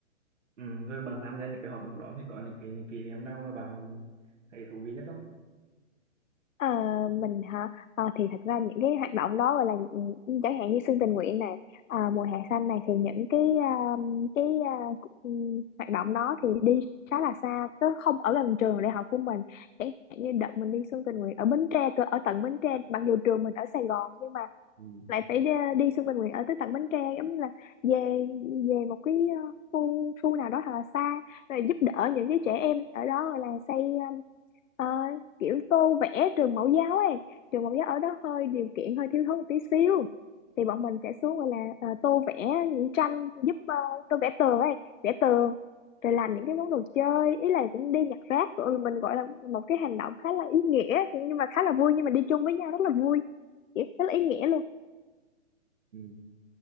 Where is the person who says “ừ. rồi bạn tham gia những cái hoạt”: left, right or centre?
Right